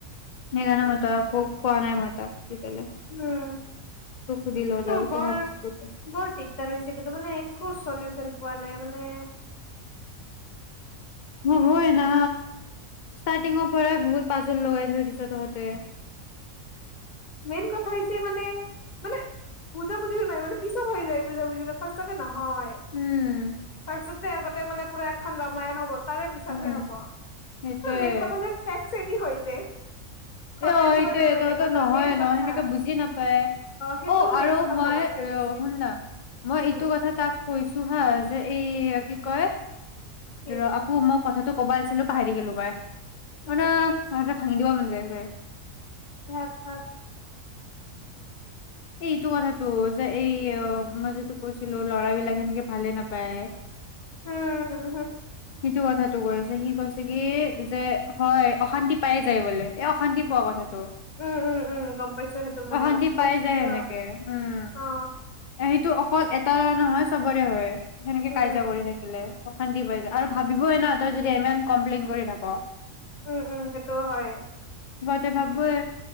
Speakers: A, on the left (about 70°); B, on the left (about 35°).
A: নেজানো মই তাক কোৱা নাই মই তাক। তেতিয়ালে
B: উম কিন্তু
A: তোক সুধি লওঁ তাৰপিছত
B: বৰ
A: ভাবিছো
B: বৰ দিগদাৰ হৈছে কিন্তু মানে একো চলিচন পোৱা নাই মানে
A: হ'বই না ষ্টাৰ্টিঙৰ পৰাই বহুত পাজুল লগাই থৈ দিছ তহঁতে।
B: মেইন কথা হৈছে মানে মানে বুজা বুজিটো নাই মানে পিছত হৈ যায় বুজা বুজিটো ফাৰ্ষ্টতে নহয়। হয়
A: উম
B: তাৰ পাছতেই আগতে মানে। পুৰা এখন ৰাামায়ণ হ'ব। তাৰে পিছত
A: উম
B: হে হ'ব
A: সেইটোয়ে
B: মেইন কথা। কি কৰি যে। কলেদি
A: অ এইটোয়ে
B: হ'লেও বেলেগ
A: তহতে
B: কথা
A: নহয়
B: মেইন কথা
A: ন সেনেকে বুজি নাপায়
B: সেইটো
A: অ আৰু
B: মেইন কথা
A: মই
B: চবতকে
A: অ
B: বেছি
A: শুন না মই
B: উম
A: এইটো কথা তাক কৈছোঁ হা যে। এই কি কয়
B: কি
A: ৰহ আকৌ মই কথাাতটো ক'ব আহিছিলোঁ পাহৰি থাকিলোঁ মই।
B: উম
A: আপোনাৰ ভাঙি দিব মন যায় হয়
B: ভাত খাওঁক
A: এইটো কথাটো যে এই মই যে তোক কৈছিলোঁ ল'ৰাবিলাক সেনেকে ভালে নাপায়।
B: উম হম
A: সিটো কথাটো কৈছে। সি কৈছে কি যে হয় অশান্তি পায়ে যায় বোলে। এ অশান্তি পোৱা কথাটো।
B: উম উম উম গম পাইছোঁ সেইটো মইয়ো
A: অশান্তি
B: অ কৈছিল
A: পাই যায় সেনেকে
B: ৰ
A: উম
B: অ
A: সেইটো অকল এটা ল'ৰা নহয় চবৰে হয়। সেনেকে
B: উম
A: কাজিয়া কৰি থাকিলে। অশান্তি পাই যায় আৰু ভাবিবই ন তই যদি ইমান কমপ্লেইন কৰি থাক
B: উম উম সেইটো হয়
A: ত ভাবয়ে